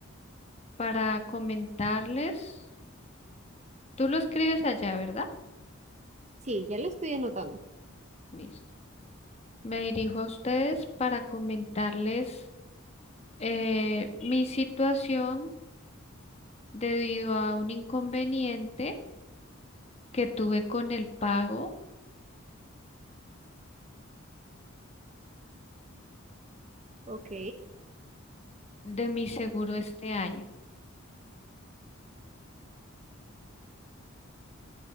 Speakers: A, on the left (about 30°); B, on the right (about 30°).
A: para comentarles. Tú lo escribes allá, ¿verdad?
B: sí, ya lo estoy anotando.
A: Listo. Me dirijo a ustedes para comentarles eh, mi situación debido a un inconveniente que tuve con el pago
B: Ok,
A: de mi seguro este año.